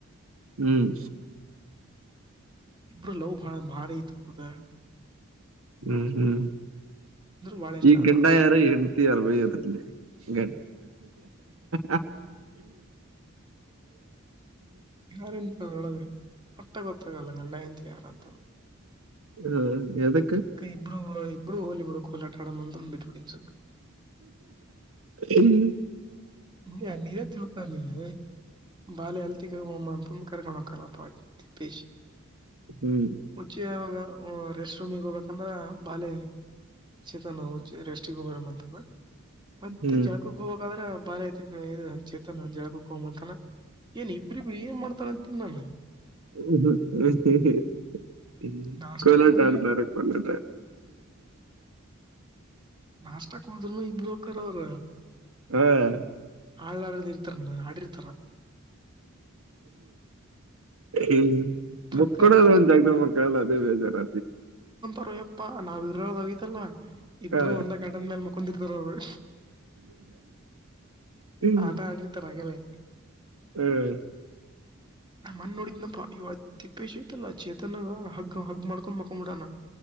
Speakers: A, on the right (about 75°); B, on the right (about 20°).
A: ಹ್ಮ್
B: ಇಬ್ರು ಲವ್ ಭಾರಿ ಐತ ಅದ
A: ಹ್ಮ್ ಹ್ಮ್
B: ಬಾಳ ಇಷ್ಟ
A: ಈ
B: ಅದ
A: ಗಂಡ ಯಾರು ಹೆಂಡತಿ ಯಾರ್ ಬೈ ಅದ್ರಲ್ಲಿ ಗಂಡ ಹ
B: ಯಾರನುಂತ ಹೊಟ್ಟ ಕೊತ್ತ ಕಾಲಂಗಲ್ಲಂತ ಯಾರತ
A: ಹ್ಮ ಎದುಕ್ಕ
B: ಇಬ್ರು ಇಬ್ರು ಹೋಲಿ ಬಿಡ ಕೋಲಾಟಡ ಅಂದಂದು ಬಿಟ್ಬಿಡಿ ಸ್ವಲ್ಪ
A: ಹ್ಮ್
B: <unintelligible> ಬಾಲೆ ಅಲ್ತಿಗಮ್ಮಂತಂದು ಕರ್ಕಣ ಹಕ್ಕಲ್ಲಪ್ಪ ದ ತಿಪ್ಪಿ
A: ಹ್ಮ್
B: ಊಚಿಯಾಗ ರೆಸ್ಟ್ ರೂಮಿಗೆ ಹೋಗ್ಬೇಕಂದ್ರ ಬಾಲೆ ಚೀತನ್ವು ರೆಸ್ಗೆ ಹೋಗಬಡ ಅಂತಮ್ಮ ಮತ್ತೆ
A: ಹ್ಮ್
B: ಜಳಕ ಹೋಗಕಂದ್ರೆ ಬಾರಿ ಆತ ಇ ಚೇತನ ಜಾಗಕ್ಕೆ ಹೋಗ್ ಅತಾನ ಏನ್ ಇಬ್ಬ್ಬರು ಏನ್ ಮಾಡತಾರ ಅಂತನ್ ನಾನನ್
A: ಹ್ಮ್ ಹ್ಮ್ ಹ್ಮ್ ಹ್ಮ್ ಹ್ಮ ಹ್ಮ
B: ನಾಷ್ಟಕ್
A: ಕೊಲ್ಲಟಡ್ತಾರೆ
B: ಹೋದ್ರನು
A: ಕೊಲ್ಲದ
B: ನಾಷ್ಟಾಕ್ ಹದ್ನು ಇಬ್ಲಕರ್ ಅವ್ರ
A: ಹ್ಮ್
B: ಆಳಾಡ್ದ ಇರ್ತಾರ ನ ಆಡಿರ್ತಾರ
A: ಹ್ಮ್
B: ಪಕ್ಕ
A: ಮಕ್ಕಳಲ್ಲ ಒಂದು ಜಾಗದ ಮಕ್ಕಳಲ್ಲ ಬೇಜಾರ್
B: ಅವಯಪ್ಪಾ ನಾವ್ ಇರೋಗತಲ್ಲಾ ಇಬ್ರು
A: ಹಾ
B: ಒಂದ ಘಟದ ಮೇಲ್ ಮುಕೊಂದಿರ್ತಾರ ಅವ್ರು
A: ಹ್ಮ್
B: ಆಟ ಆಡಿರುತ್ತಾರೆ ಆಗಲೇ
A: ಹ್ಮ್
B: ಮುನ್ನ ನೋಡಿದ್ನಪ್ಪ ತಿಪ್ಪೇಶಯತಲ್ಲ ಚೇತನ ಹಗ್ ಹಗ್ ಮಾಡ್ಕೊಂಡ್ ಮಕೊಂಡ್ ಬಿಡಣ